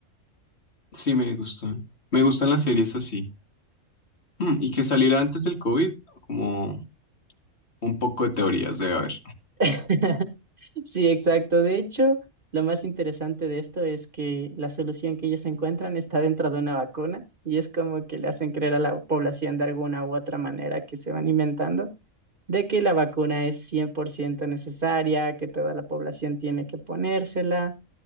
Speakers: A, on the left (about 55°); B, on the right (about 40°).
A: sí me gustan. Me gustan las series así. Mm, y que saliera antes del COVID, como un poco de teorías debe haber.
B: <laughs> Sí, exacto. De hecho, lo más interesante de esto es que la solución que ellos encuentran está dentro de una vacuna y es como que le hacen creer a la población de alguna u otra manera que se van inventando de que la vacuna es 100% necesaria, que toda la población tiene que ponérsela